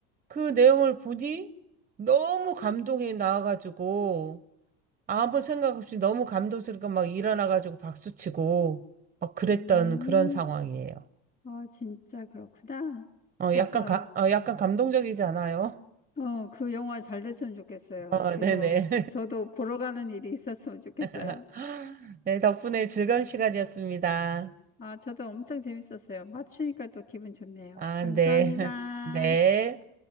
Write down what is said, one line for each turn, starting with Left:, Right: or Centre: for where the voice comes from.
Right: 그 내용을 보니 너무 감동이 나와가지고, 아무 생각 없이 너무 감동스럽게 막 일어나가지고 박수치고 막 그랬던
Left: 음,
Right: 그런 상황이에요.
Left: 아, 진짜 그렇구나.
Right: 어,
Left: 하하.
Right: 약간 가, 어, 약간 감동적이지 않아요?
Left: 어, 그 영화 잘 됐으면 좋겠어요.
Right: 어,
Left: 그래서
Right: 네네.
Left: 저도 보러 가는 일이 있었으면 좋겠어요.
Right: <laughs> 네, 덕분에 즐거운 시간이었습니다.
Left: 아, 저도 엄청 재밌었어요. 맞추니까 또 기분 좋네요.
Right: 아,
Left: 감사합니다.
Right: 네. <laughs> 네.